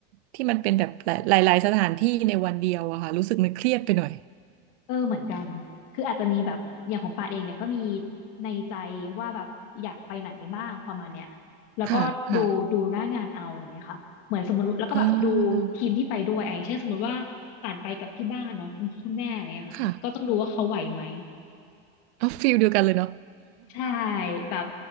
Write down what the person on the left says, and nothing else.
เออเหมือนกัน คืออาจจะมีแบบอย่างของปาเองเนี่ยก็มีในใจว่าแบบอยากไปไหนบ้างประมาณเนี้ยแล้วก็ดูดูหน้างานเอาอย่างเงี้ยค่ะเหมือนสมมติแล้วก็แบบดูทีมที่ไปด้วยอะอย่างเช่นสมมติว่าป่านไปกับที่บ้านเนาะคุณคุณแม่อะไรเงี้ยค่ะก็ต้องดูว่าเขาไหวไหม
ใช่แบบ